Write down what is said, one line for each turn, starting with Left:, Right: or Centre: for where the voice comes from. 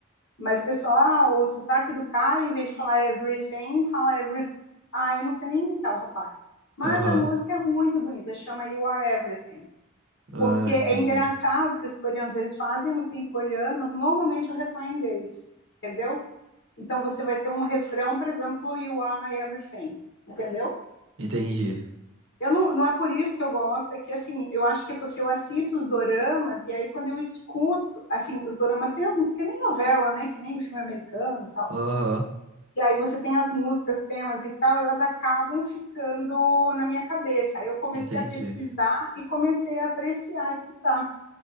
Left: Mas o pessoal, ah, o sotaque do cara, em vez de falar everything, fala everything. Ah, eu não sei nem imitar o rapaz. Mas
Right: Aham.
Left: a música é muito bonita, chama You Are Everything.
Right: Ah,
Left: porque é
Right: entendi.
Left: engraçado que os coreanos eles fazem música em coreano, mas normalmente é o refrão é em inglês, entendeu? Então você vai ter um refrão, por exemplo, You Are My Everything, entendeu?
Right: Entendi.
Left: Eu não, não é por isso que eu gosto, é que assim, eu acho que é porque eu assisto os doramas e aí quando eu escuto, assim, os doramas tem alguns que nem novela, né, que nem filme americano, e tal.
Right: Aham,
Left: E aí você tem as músicas, temas e tal, e elas acabam ficando na minha cabeça. Aí eu comecei
Right: entendi.
Left: a pesquisar e comecei a apreciar, a escutar.